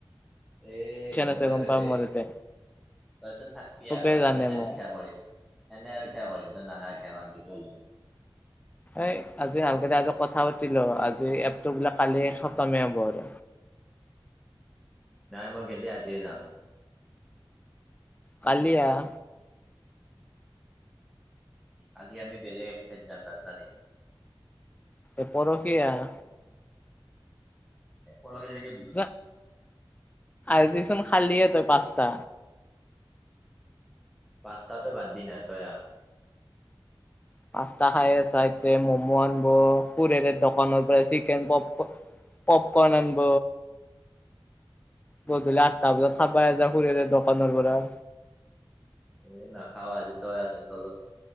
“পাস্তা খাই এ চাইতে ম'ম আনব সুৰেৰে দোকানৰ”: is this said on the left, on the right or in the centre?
Left